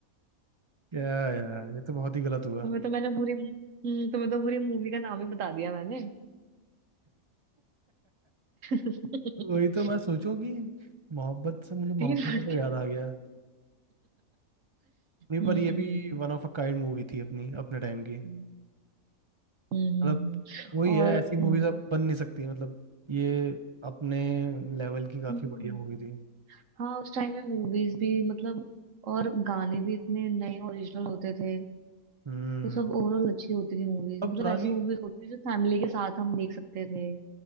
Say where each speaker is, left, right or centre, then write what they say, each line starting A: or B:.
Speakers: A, on the right; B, on the right.
A: क्या यार ये तो बहुत ही गलत हुआ
B: तुम्हें तो मैंने पूरी हम्म, तुम्हें तो पूरी मूवी का नाम ही बता दिया मैंने <laughs>
A: वही तो मैं सोचूं कि मोहब्बत से मुझे मोहब्बत
B: तीन लड़कियां
A: है तो याद आ गया नहीं
B: हम्म
A: पर ये भी one of a kind movie थी अपनी अपने टाइम की
B: हम्म
A: मतलब
B: हम्म, हम्म। हम्म,
A: वही
B: और
A: है ऐसी
B: हम्म
A: मूवीज अब बन नहीं सकती मतलब ये अपने लेवल की
B: हम्म,
A: काफी बढ़िया मूवी थी
B: हाँ उस टाइम में मूवीज भी मतलब और गाने भी इतने नए ओरिजिनल होते थे
A: हम्म
B: वो सब ओवरऑल अच्छी होती थी मूवीज
A: अब
B: मतलब
A: पुरानी
B: ऐसी मूवीज होती थी जो फैमिली के साथ हम देख सकते थे